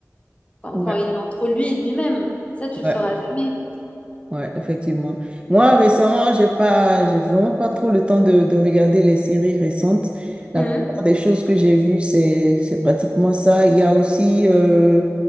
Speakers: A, on the left; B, on the right.
A: quand,
B: Ouais,
A: quand il est entre lui et lui-même, ça tu le
B: ouais.
A: sauras jamais.
B: Ouais, effectivement. Moi, récemment, j'ai pas, j'ai vraiment pas trop le temps de, de regarder les séries récentes.
A: Mhm.
B: La plupart des choses que j'ai vues, c'est, c'est pratiquement ça. Il y a aussi euh,